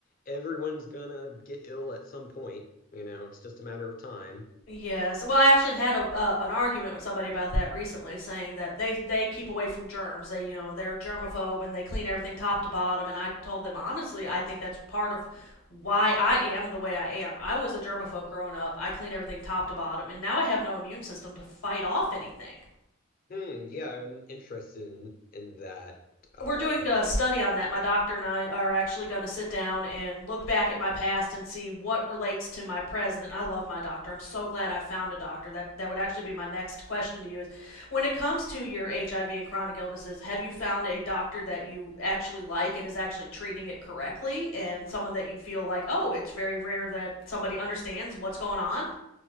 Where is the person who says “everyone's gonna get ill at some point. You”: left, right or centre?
Left